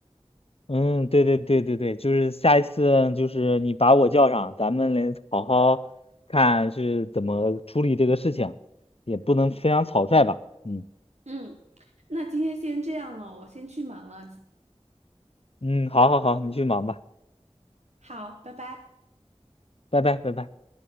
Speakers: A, on the left (about 60°); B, on the right (about 80°).
A: 嗯，对对对对对，就是下一次就是你把我叫上，咱们来好好看是怎么处理这个事情，也不能非常草率吧。嗯
B: 嗯，那今天先这样了，我先去忙了。
A: 嗯，好好好，你去忙吧，
B: 好，拜拜。
A: 拜拜拜拜。